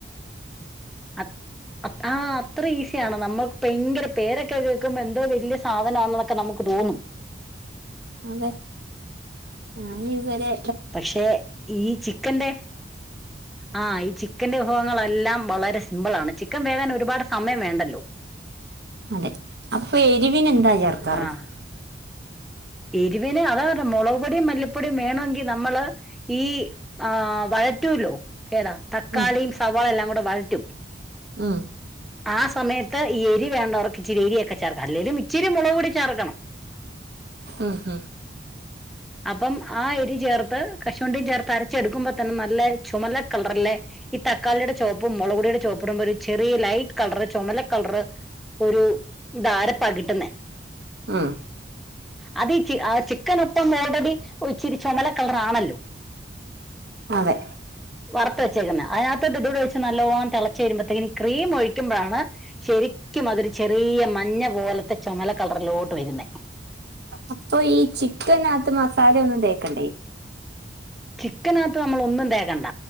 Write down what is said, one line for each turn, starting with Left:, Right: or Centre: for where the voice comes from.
Centre: <unintelligible> അ അ ഇത്ര ഈസിയാണ് നമ്മുക്ക് ഭയങ്കര പേരെ ക്കെ കേക്കുമ്പോ എന്തോ വല്യ സ് സാധനമാന്നതൊക്കെ നമ്മക്ക് തോന്നും.
Right: അതെ ഞാനിത് വരെ
Centre: പക്ഷേ ഈ ചിക്കന്റെ ആ ഈ ചിക്കന്റെ വിഭവങ്ങളെല്ലാം വളരെ സിമ്പിൾ ആണ്, ചിക്കൻ വേകാൻ ഒരുപാട് സമയം വേണ്ടല്ലോ.
Right: അതെ അപ്പ എരിവിന് എന്താ ചേർക്കാറ്?
Centre: ആഹ് എരിവിന് അതാ പറഞ്ഞെ മൊളക് പൊടിയും മല്ലിപ്പൊടിയും വേണോങ്കി നമ്മള് ഈ ആ വഴറ്റൂല്ലോ ഏതാ തക്കാളിയും
Right: ഉം
Centre: സവാള എല്ലാം കൂടെ വഴറ്റും
Right: ഉം
Centre: ആ സമയത്ത് ഈ എരി വേണ്ടവർക്ക് ഇച്ചിരി എരി ഒക്കെ ചേർക്ക. അല്ലേലും ഇച്ചി <unintelligible> <unintelligible> മൊളക് പൊടി ചേർക്കണം
Right: ഉം ഉം
Centre: അപ്പം ആ എരി ചേർത്ത് കശുവണ്ടിയും ചേർത്ത് അരച്ചെടുക്കുമ്പ തന്നെ നല്ല ചുമല്ലെഹ് കളറ്ല്ലെ ഈ തക്കാളിയുടെ ചോപ്പും മൊളകുടിയുടെ ചോപ്പ്ടുമ്പൊരു ചെറിയ ലൈറ്റ് കവറ് ചൊമല കളർ ഒരു ഇതാരപ്പ കിട്ടുന്നെ
Right: ഉം
Centre: അത് ഇയ്ക്ക് ആഹ് ചിക്കനൊ ട്ടൊ മോഡല് ഒച്ചിരി ചൊമല കളറാണല്ലോ
Right: അതെ
Centre: വറത്ത് വെച്ചേക്കുന്നെ അയ്നകട്ട് ഇത് ഇതൂടെ ഒഴിച്ച് നല്ലോണം തെളച്ചു വരുമ്പത്തേനും ഈ ക്രീം ഒഴിക്കുമ്പളാണ് ശെരിക്കും മാതിരി ചെറിയ മഞ്ഞ പോലത്തെ ചൊമല കളറിലോട്ട് വരുന്നെ
Right: അപ്പൊ ഈ ചിക്കന അത്ത് മസാലെയൊന്നും തേക്കെണ്ടേ.
Centre: ചിക്കനകത്ത് നമ്മൾ ഒന്നും തേക്കണ്ട